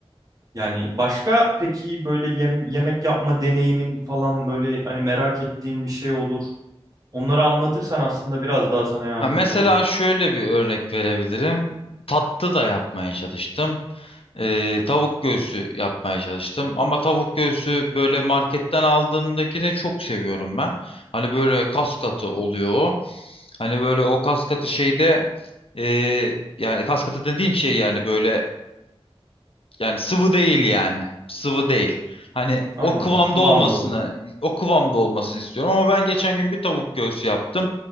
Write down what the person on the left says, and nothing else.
Ha, mesela
şöyle bir örnek verebilirim. Tatlı da yapmaya çalıştım. Ee, tavuk göğsü yapmaya çalıştım. Ama tavuk göğsü böyle marketten aldığımdakini çok seviyorum ben. Hani böyle kas katı oluyor o. Hani böyle o kas katı şeyde e, yani kas katı dediğim şey yani böyle yani sıvı değil yani. Sıvı değil. Hani
o kıvamda
olmasını,
o kıvamda olmasını istiyorum ama ben geçen gün bir tavuk göğsü yaptım.